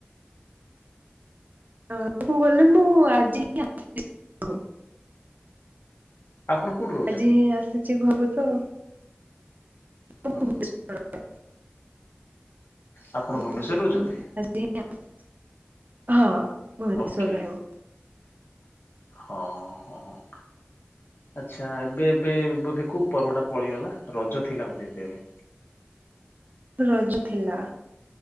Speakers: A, on the right; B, on the left.
A: <unintelligible>
B: ଆପଣ କୋଉଠି ର
A: ଆଜି ହିଁ ଆସିଛି <unintelligible>
B: ହୁଁ ହୁଁ ଆପଣ ଭୁବନେଶ୍ୱର ରହୁଛନ୍ତି
A: ତ। <unintelligible> ହଁ, <unintelligible>
B: ଓକେ ହଁ ହଁ ହଁ। ଆଛା, ଏବେ ଏବେ ବୋଧେ କୋଉ ପର୍ବଟା ପଳେଇଗଲା, ରଜ ଥିଲା ବୋଧେ ଏବେ ଏବେ।
A: ରଜ ଥିଲା।